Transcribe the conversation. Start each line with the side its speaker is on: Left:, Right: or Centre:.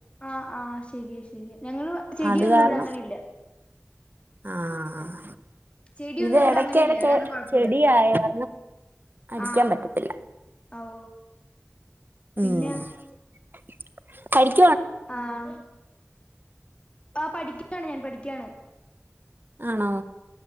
Left: ആഹ് ആഹ് ശരിയ ശരിയ ഞങ്ങള് ചെടിയൊന്നും
Right: അത് കാരണം
Left: ഇവിടെ അങ്ങനെല്ല
Right: ആഹ്
Left: ചെടിയൊന്നും
Right: ഇത്
Left: ഇവിടെ
Right: എടക്കെടക്ക്
Left: അങ്ങനെ ഇല്ല അതാണ് കൊഴപ്പൂല്ല
Right: ചെടിയായർന്ന് അടിക്കാ
Left: ആഹ്
Right: പറ്റത്തില്ല
Left: ഓ
Right: ഉം
Left: പിന്നെ
Right: <unintelligible>
Left: ആഹ് അഹ് പഠിക്കാണ് ഞാൻ പഠിക്ക്യാണ്
Right: ആണോ